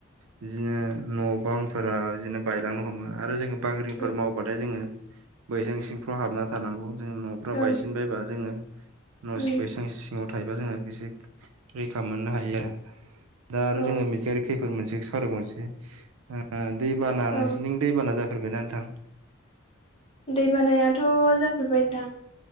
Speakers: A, on the right; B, on the left.
A: बिदिनो न' बांफोरा बिदिनो बायलांनो हमो आरो जों बांग्रिंफोर
B: ओं
A: मावबाथाय जोङो बैसां सिंफ्राव हाबनानै थारनांगौ जों न'फ्रा
B: ओं
A: बायसिन बायबा जोङो न'
B: उम
A: बैसां न'आव थायोबा जोङो एसे रैखा मोननो हायो आरो दा आरो
B: औ
A: जोङो मिथिंगायारि खैफोद मोनसे सावरायबावनोसै ओ दैबाना
B: औ
A: नोंसिनिथिं दैबाना जाफेरबायना नोंथां?
B: दै बानायाथ' जाफेरबाय नोंथां।